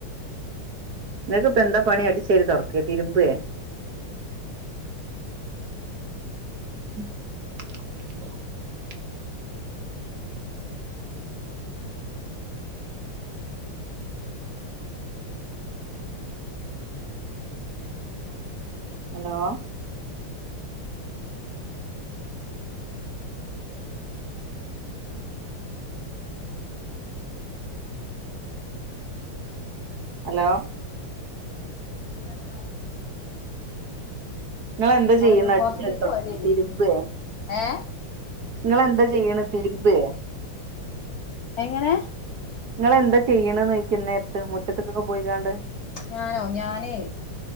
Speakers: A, on the right; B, on the left.
A: ങ്ങക്ക്പ്പ എന്താ പണി അടി ചെരി തൊടക്കെ തിരുമ്പേ ഉ ഹലോ ഹലോ
B: <unintelligible>
A: ങ്ങളെന്താ ചെയ്യുന്ന
B: പറയൂ
A: അടിച്ചരി
B: പുറത്തേക്ക്
A: തൊടക്കെ
B: പോയതേനി
A: തിരുമ്പേ?
B: ഏ
A: നിങ്ങെന്താ ചെയ്യണ തിരുമ്പേ
B: എങ്ങനെ?
A: നിങ്ങെന്താ ചെയ്യന്ന് ചെയ്ക്ക ഇ ന്നേരത്ത് മുറ്റത്തക്കൊക്കെ പോയികാണ്ട്
B: ഞാനോ ഞാന്